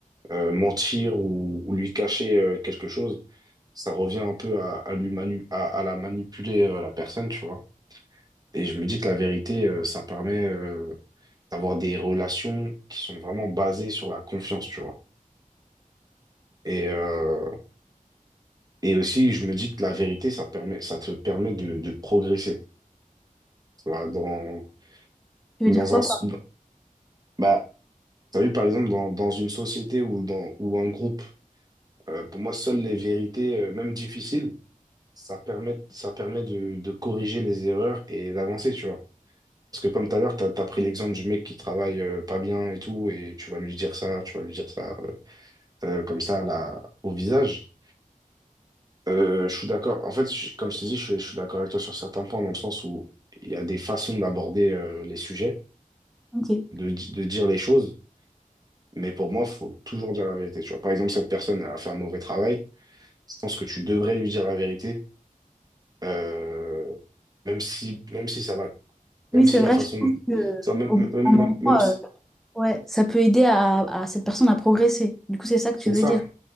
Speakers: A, on the right (about 25°); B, in the centre.
A: Euh, mentir ou, ou lui cacher euh, quelque chose, ça revient un peu à, à lui manu- à, à la manipuler euh, la personne, tu vois. Et je me dis que la vérité, euh, ça permet euh, d'avoir des relations qui sont vraiment basées sur la confiance, tu vois. Et, euh, et aussi, je me dis que la vérité, ça permet, ça te permet de, de progresser. Tu vois, dans,
B: Tu veux
A: dans
B: dire quoi
A: un, s-
B: par...
A: bah, T'as vu, par exemple, dans, dans une société ou dans ou un groupe, euh, pour moi, seules les vérités, euh, même difficiles, ça permet, ça permet de, de corriger les erreurs et d'avancer, tu vois. Parce que comme tout à l'heure, t'as, t'as pris l'exemple du mec qui travaille euh, pas bien et tout, et tu vas lui dire ça, tu vas lui dire ça euh, euh, comme ça là, au visage. Euh, je suis d'accord. En fait, je- comme je te dis, je, suis- je suis d'accord avec toi sur certains points, dans le sens où il y a des façons d'aborder euh, les sujets,
B: Ok.
A: de, di- de dire les choses, mais pour moi, faut toujours dire la vérité, tu vois. Par exemple, cette personne elle a fait un mauvais travail. Je pense que tu devrais lui dire la vérité, euh, même si, même si ça va, même
B: Oui, c'est
A: si
B: vrai,
A: la façon,
B: je pense que
A: ça, même,
B: au bout
A: même,
B: d'un moment,
A: même- même si,
B: euh, ouais, ça peut aider à, à cette personne à progresser. Du coup, c'est ça que
A: c'est
B: tu veux
A: ça,
B: dire.